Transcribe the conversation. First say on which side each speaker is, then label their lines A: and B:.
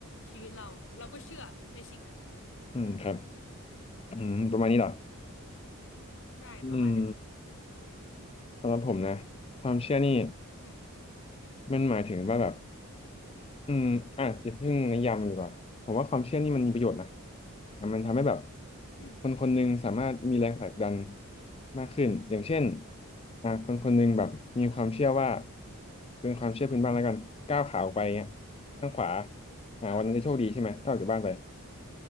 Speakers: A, on the left; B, on the left.
A: ชีวิตเราเราก็เชื่อในสิ่งนั้น
B: อืมครับ
A: อืม
B: อืมประมาณนี้เหรอ
A: ใช่ประมาณเนี้ย
B: อืมสำหรับผมนะ ความเชื่อนี่
A: อืม
B: มันหมายถึงว่าแบบ อืมอ่ะอย่าเพิ่งนิยามมันดีกว่าผมว่าความเชื่อนี่มันมีประโยชน์นะอ่ะมันทำให้แบบ
A: อืม
B: คนคนหนึ่งสามารถมีแรงผลักดันมากขึ้นอย่างเช่นอ่ะคนคนหนึ่งแบบมีความเชื่อว่าเป็นความเชื่อพื้นบ้านแล้วกันก้าวขาออกไปเงี้ย
A: อือฮึ
B: ข้างขวาอ่ะวันนั้นจะโชคดีใช่ไหมถ้าออกจากบ้านไป
A: อ่า